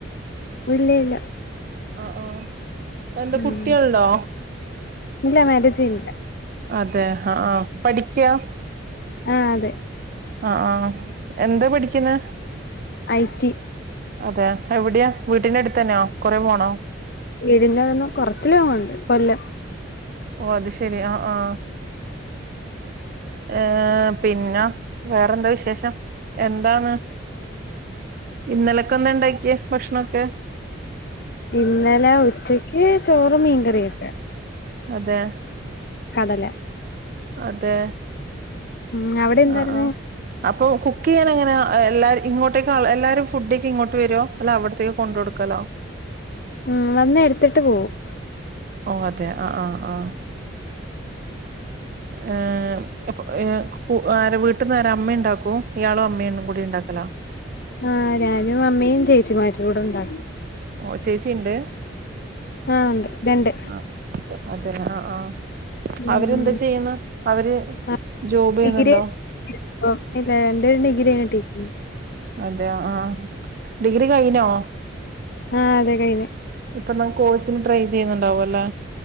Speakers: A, on the left (about 50°); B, on the right (about 45°).
A: ഇല്ല <unintelligible>
B: ആ ആ എന്താ
A: ഉം
B: കുട്ടിയണ്ടോ
A: ഇല്ല മാരേജ് ചെയ്യുന്നില്ല
B: അതെ ഹ ആ പഠിയ്ക്കാ
A: ആ അതെ
B: ആ ആ എന്താ പഠിക്കുന്നേ
A: ഐ റ്റി
B: അതെ എവിടെയാ വീട്ടിന്റെ അടുത്തന്നെയോ കൊറെ പോണോ
A: വീടിന്റെവിടുന്ന് കൊറച്ച് ലോങ്ങുണ്ട്‌ കൊല്ലം
B: ഓ അത് ശെരി ആ ആ ഏ പിന്നെ വേറെന്താ വിശേഷം എന്താണ് ഇന്നലക്കെന്താ ഉണ്ടാക്കിയേ ഭക്ഷണൊക്കെ
A: ഇന്നലെ ഉച്ചക്ക് ചോറ് മീൻക്കറിയൊക്കെ
B: അതെ
A: കടല
B: അതെ
A: ഉം അവിടെ എന്തായിരുന്നു
B: ആ ആ അപ്പൊ കുക്കിയാനെങ്ങനാ എല്ലാര ഇങ്ങോട്ടേക്ക എല്ലാരും ഫുഡയിക്കാൻ ഇങ്ങോട്ട് വരുമോ അല്ല അവിടത്തേക്ക് കൊണ്ട് കൊടുക്കലോ
A: ഉം വന്ന് എടുത്തിട്ട് പോവും
B: ഓ അതെ അ ആ ആ ഏ അപ്പൊ എ കു ആരാ വീട്ടിന്നാരാ അമ്മേണ്ടാക്കോ ഇയാളും അമ്മയും കൂടി ഉണ്ടാക്കല
A: ആ ഞാനും അമ്മയും ചേച്ചിമാരും കൂടെണ്ടാക്കും
B: ഓ ചേച്ചീണ്ട്
A: ആഹ് ഉണ്ട് രണ്ട്
B: ആ അതന്നെ ആ ആ
A: ഉം
B: അവര്ന്താ
A: ഉം
B: ചെയ്യുന്നേ അവര്
A: ആഹ്
B: ജോബ് ചെയ്യുന്നുണ്ടോ
A: ഡിഗ്രി ഇപ്പം ഇല്ല രണ്ടുപേരും ഡിഗ്രി <inaudible>
B: അതെയ ആ ഡിഗ്രി കയിഞ്ഞോ
A: ആഹ് അതെ കഴിഞ്ഞ്
B: ഇപ്പൊ നാ കോഴ്സിന് ട്രൈ ചെയ്യുന്നുണ്ടാവും അല്ലെ